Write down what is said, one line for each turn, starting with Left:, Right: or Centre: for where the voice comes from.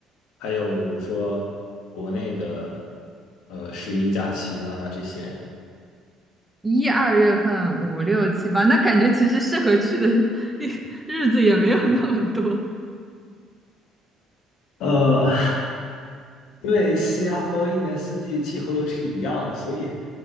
Left: 还有比如说国内的，呃，十一假期啊这些，
Centre: 一二月份、五六七八，那感觉其实适合去的 <laughs> 日子也没有那么多
Left: 呃，<laughs> 因为新加坡一年四季气候都是一样的，所以